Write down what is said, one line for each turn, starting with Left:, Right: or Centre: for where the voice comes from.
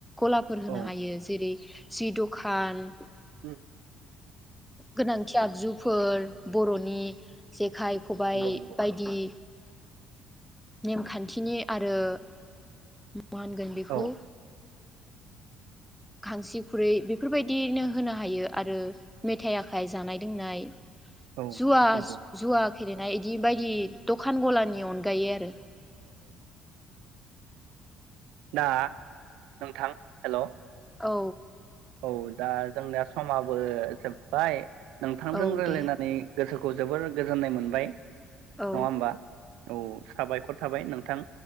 Centre: गलाफोर होनो
Right: औ
Centre: हायो जेरै जि दखान
Right: हम
Centre: गोनांथि आगजुफोर बर'नि जेखाइ खबाइ
Right: नंगौ नंगौ
Centre: बायदि नेमखान्थिनि आरो मा होनगोन बेखौ
Right: औ
Centre: खांसि खुरै बेफोरबायदिनो होनो हायो आरो मेथाइ आखाइ जानाय लोंनाय
Right: औ
Centre: जुवा
Right: नंगौ
Centre: जुवा फेरेनाय इदि बायदि दखान गलानि अनगायै आरो
Right: ना नोंथां हेल'
Centre: औ
Right: औ दा जोंनिया समाबो जोब्बाय नोंथांजों
Centre: औ
Right: रायज्लायनानै
Centre: दे
Right: गोसोखौ जोबोर गोजोननाय मोनबाय नङा
Centre: औ
Right: होमबा औ साबायखर थाबाय नोंथां